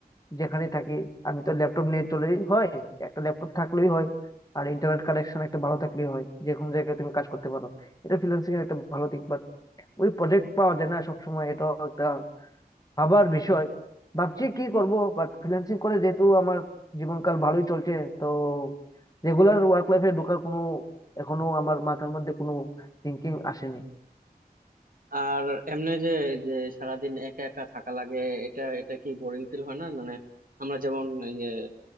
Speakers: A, on the left; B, on the right.
A: যেখানেই থাকি আমি তো ল্যাপটপ নিয়ে চলেই হয় একটা ল্যাপটপ থাকলেই হয় আর ইন্টারনেট কানেকশন একটা ভালো থাকলেই হয় যে কোনো জায়গায় তুমি কাজ করতে পারো এটা ফ্রিল্যান্সিং এর একটা ভালো দিক বাট ওই প্রজেক্ট পাওয়া যায় না সবসময় এটা একটা ভাবার বিষয় ভাবছি কি করব বাট ফ্রিল্যান্সিং করে যেহেতু আমার জীবনকাল ভালোই চলছে তো রেগুলার ওয়ার্ক লাইফে ঢোকার কোনো এখনো আমার মাথার মধ্যে কোনো থিঙ্কিং আসেনি
B: আর এমনি যে যে সারাদিন একা একা থাকা লাগে এটা এটা কি বোরিং ফিল হয় না মানে আমরা যেমন এই যে